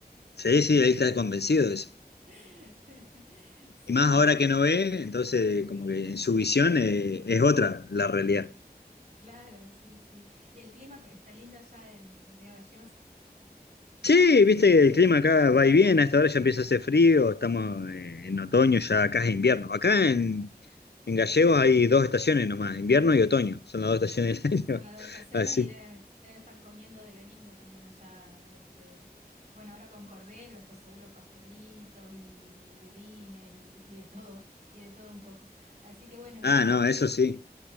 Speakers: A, on the left; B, on the right.
A: Sí, sí, él está convencido de eso.
B: <laughs> Sí,
A: Y más
B: no.
A: ahora que no ve, entonces como que en su visión eh, es otra la realidad.
B: Claro, sí, sí. ¿Y el clima está lindo allá en Río Gallegos?
A: Sí, viste que el clima acá va y viene, a esta hora ya empieza a hacer frío, estamos eh, en otoño, ya acá es invierno. Acá en, en Gallegos hay dos estaciones nomás, invierno y otoño, son
B: <laughs>
A: las dos
B: Y
A: estaciones del
B: Son
A: <laughs> año.
B: las dos estaciones
A: Así.
B: y deben, deben estar comiendo de lo lindo también allá. Este, bueno, ahora con cordero, después seguro pastelitos y budines y, y de todo, y de todo un poco. Así que bueno,
A: Ah,
B: Miguel,
A: no, eso sí.